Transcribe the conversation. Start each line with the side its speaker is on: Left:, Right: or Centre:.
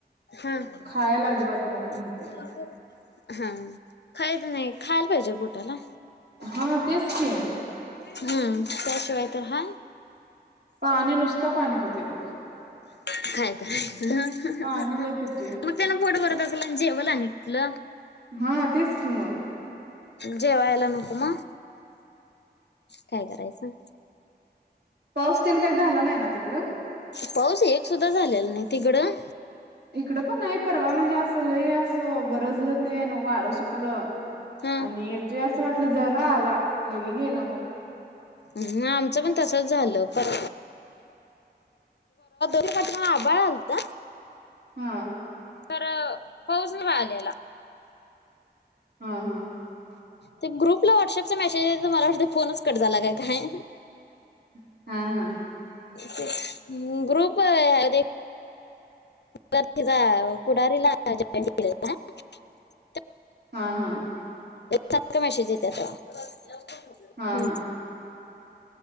Left: हा हा
Right: खायला अजिबात नको म्हणते
Left: खायच नाही खायला पाहिजे पोटाला
Right: हा तेच की
Left: हम्म त्याशिवाय तर हा
Right: पाणी नुसता पाणी पि- ते बघा
Left: <unintelligible> <inaudible> हा हा
Right: पाणी
Left: हा
Right: लय पितोय
Left: मग त्यान पोट भरत असल <unintelligible> जेवल आणि कुठल
Right: हा तेच की मग
Left: जेवायला नको मग काय करायचं
Right: पाऊस तेन काय झाला नाही ना तिकडं
Left: पाऊस एक सुद्धा झालेला नाही तिकडं
Right: इकडं पण नाही परवा म्हणजे असं लई असं गरजलं ते वारं सुटलं
Left: हा
Right: आणि तु असं वाटलं जरा आला लगे गेला मग
Left: हम आमचं पण तसच झालं परवा <unintelligible> आभाळ आलत
Right: हा
Left: तर पाऊस नाही आलेला
Right: हा हा
Left: ते ग्रुपला व्हॉट्सअपचा मेसेज <inaudible> मला वाटत फोनच कट झाला काय काय
Right: <inaudible> हा हा
Left: <unintelligible> ग्रुप आहे रे तिचा पुढारीला जॉईन केलं <unintelligible>
Right: हा हा
Left: सारख मेसेज येत्यात हम्म
Right: हा हा